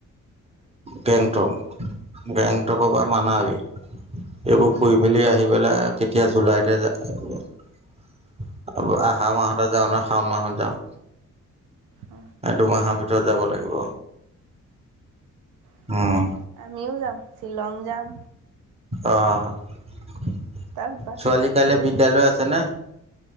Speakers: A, on the right; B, on the right.
A: গেংটক,
B: অ',
A: গেংটকৰ পৰা মানালী এইবোৰ
B: অ',
A: ফুৰি মেলি আহি পেলাই‌ কেতি জুলাইতে য <unintelligible> <unintelligible> আহা মাহতে যাওঁ নে শাওণ মাহত যাওঁ,
B: অ'।
A: এই দুমাহৰ ভিত <unintelligible> যাব লাগিব।
B: <inaudible>
A: উম
B: আমিও যাম। শ্বিলং যাম
A: অ'। ছোৱালীৰ
B: তাৰপৰা
A: কাইলৈ
B: ফুৰিম
A: বিদ্যালয় আছে নে?